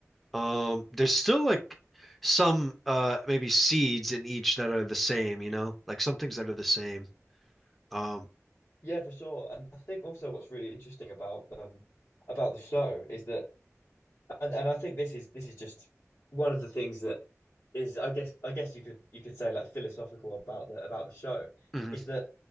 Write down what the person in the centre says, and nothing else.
um, there's still like some uh maybe seeds in each that are the same, you know? Like some things that are the same. Um,
mhm.